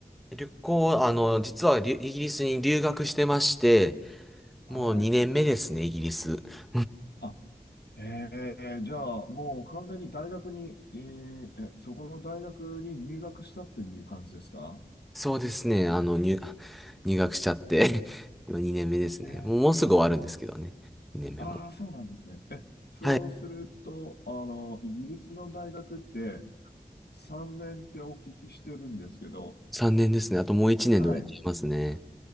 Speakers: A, in the centre; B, on the left.
A: 旅行、あの、実はりゅイギリスに留学してまして、
B: はい。
A: もう2年目ですね、イギリス。うん
B: あ、えー、じゃあ、もう完全に大学に、えー、え、そこの大学に入学したっていう感じですか
A: そうですね。あの、入、入学しちゃって、<laughs> 今2年目ですね。
B: えー、
A: もう、もうすぐ終わるんですけどね。2年目も。
B: ああ、そうなんですね。え、そうすると、
A: はい。
B: あの、イギリスの大学って、3年ってお聞きしてるんですけど、
A: 3年ですね。あともう1年で終わっちゃいますね。
B: はい。